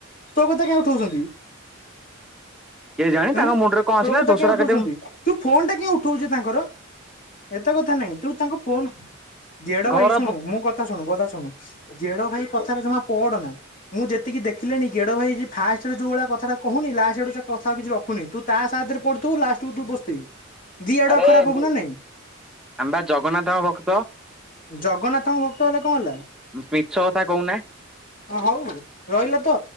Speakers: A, on the left; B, in the centre.
A: ତୋ କଥା କାଇଁ ଉଠଉଛନ୍ତି?
B: କେଜାଣି ତାଙ୍କ
A: ହୁଁ
B: ମୁଣ୍ଡରେ କଣ ଆସିଲା
A: ତୋ କଥା
B: ଦୋସରା
A: କାଇଁ ଉଠଉଛନ୍ତି
B: କାଟିବ
A: ତୁ ଫୋନ ଟା କାଇଁ ଉଠଉ ଯେ ତାଙ୍କର। ଏତେ କଥା ନାଇଁ ତୁ ତାଙ୍କ ଫୋନ ଗେଡ
B: ଘର
A: ଭାଇ ଶୁଣୁ ମୁଁ କଥା କଥା ଶୁଣୁ କଥା ଶୁଣୁ ଗେଡ଼ ଭାଇ କଥାରେ ଜମା ପଡ ନା। ମୁଁ ଯେତିକି ଦେଖିଲିଣି ଗେଡ ଭାଇ ଫାଷ୍ଟରେ ଯୋଉ ଭଳିଆ କଥାଟା କହୁନି ଲାଷ୍ଟଆଡୁ ସେ କଥା କିଛି ରଖୁନି ତୁ ତା ସାଦରେ ପଡିଥିବୁ ଲାଷ୍ଟକୁୁ ତୁ ପସ୍ତେଇବୁ। ଦି ଆଡୁଆ
B: ଆରେ
A: ଖରାପ ହବୁ
B: ଯୋ
A: ନା ନାଇଁ
B: ଆମବା ଜଗନ୍ନାଥଙ୍କ ଭକ୍ତ।
A: ଜଗନ୍ନାଥଙ୍କ ଭକ୍ତ ହେଲେ କଁ ହେଲା।
B: ମିଛ କଥା କୋହୁନେ।
A: ଅ ହଉ ରହିଲା ତ